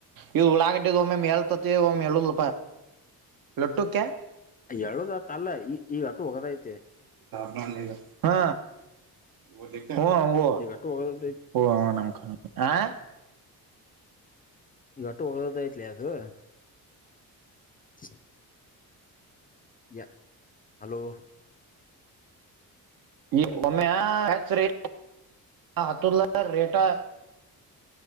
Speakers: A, on the right; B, on the left.
A: ಇ ಉಳಾಗಟ್ಟಿದ ಒಮ್ಮೆ ಎಳ್ತತಿ ಒಮ್ಮ <unintelligible> ಲೊಟ್ಟುಕ್ಕೆ
B: ಎದತ್ ಅಲ್ಲ ಈ ಈಗ ಅಟು ಹೋಗದಐತೆ
A: <unintelligible> ಹಾ ಹ ಹ
B: ಈಗ ಅಟ್ಟು ಹೋಗದ
A: ಓ ಹ ನಮಖ ಆ
B: ಈಗಟ್ಟು ಒಗೊದಯಟ್ಲಿ ಅದು <inaudible> ಯ ಹಲೋ
A: ಈ ಒಮ್ಮೆ ಹೆಚ್ಚ್ರಿ ಹ ಅತುಲ್ಲ ರೇಟಾ